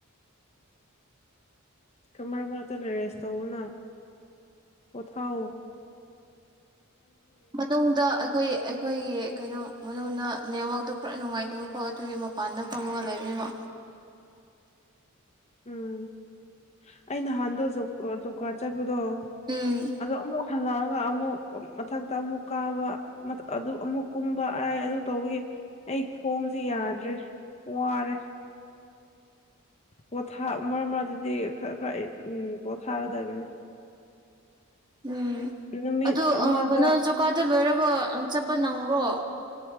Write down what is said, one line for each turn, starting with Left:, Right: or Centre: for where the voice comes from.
Left: ꯀꯃꯔ ꯃꯔꯇ ꯂꯩꯔꯦꯁ ꯇꯅ ꯄꯊꯊꯧꯥꯎ
Right: ꯃꯇꯨꯡꯗ ꯑꯩꯈꯣꯏ ꯑꯩꯈꯣꯏꯒꯤ ꯀꯩꯅꯣ ꯃꯅꯨꯡꯗ ꯅꯦꯠꯋꯥꯛꯇꯣ ꯈꯔ ꯅꯨꯡꯉꯥꯏꯇꯕꯀꯣ ꯑꯗꯨꯒꯤ ꯃꯄꯥꯟꯗ ꯐꯝꯃꯒ ꯂꯩꯕꯤꯕ
Left: ꯎꯝ ꯑꯩ ꯅꯍꯥꯟꯗꯣ ꯖꯥ ꯗꯣ
Right: ꯎꯝ
Left: ꯑꯗꯣ ꯑꯃꯨꯛ ꯍꯜꯂ ꯑꯃꯨꯛ ꯃꯊꯛꯇ ꯑꯃꯨꯛ ꯀꯥꯕ ꯑꯃꯨꯛ ꯀꯨꯝꯕ ꯑ ꯑꯗꯨ ꯇꯧꯕꯒꯤ ꯑꯩ ꯈꯣꯡꯁꯦ ꯌꯥꯗ꯭ꯔꯦ ꯋꯥꯔꯦ ꯄꯣꯊꯥ ꯃꯔꯗꯤ ꯈꯔ ꯈꯔ ꯑꯩ ꯄꯣꯊꯥꯒꯗꯕꯅꯤ
Right: ꯎꯝ
Left: ꯅꯨꯃꯤꯠ
Right: ꯑꯗꯨ
Left: ꯑꯃꯗ
Right: ꯀꯩꯅꯣ ꯖꯨꯀꯥꯗ ꯂꯣꯏꯔꯕ ꯆꯠꯄ ꯅꯪ꯭ꯔꯣ